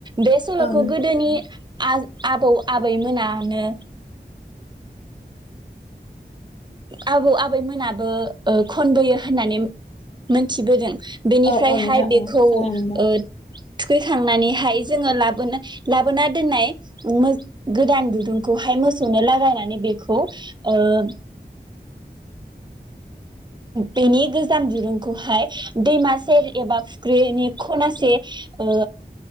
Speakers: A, on the right; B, on the left.
A: बे
B: औ
A: सल'खौ
B: औ नोंथां
A: गोदोनि
B: औ
A: आज आबौ आबैमोना आनो <inaudible> आबौ आबैमोनाबो ओ खनबोयो होननानै, मोनथिबोदों। बेनिफ्रायहाय
B: औ औ नोंथां
A: बेखौ
B: औ खोनानो मोनदों
A: ओ थुखैखांनानैहाय जोङो लाबोनो ला <unintelligible> दोननाय मो- गोदान दि रुंखौहाय मोसौनो लागायनानै बेखौ ओ <inaudible> बेनि गोजाम दिरुंखौहाय दैमा सेर एबा फुख्रिनि खनासे ओ